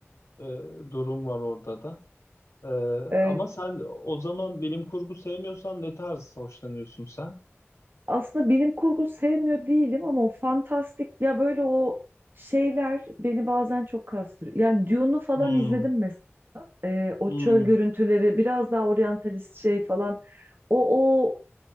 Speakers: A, on the left (about 85°); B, on the right (about 50°).
A: e, durum var orada da. Ee,
B: Eee,
A: ama sen o zaman bilim kurgu sevmiyorsan ne tarz hoşlanıyorsun sen?
B: <laughs> aslında bilim kurgu sevmiyor değilim ama o fantastik ya böyle o şeyler beni bazen çok kastırıyor. Yani Dune'u falan
A: Hmm,
B: izledim e, o
A: hmm,
B: çöl görüntüleri biraz daha oryantalist şey falan o o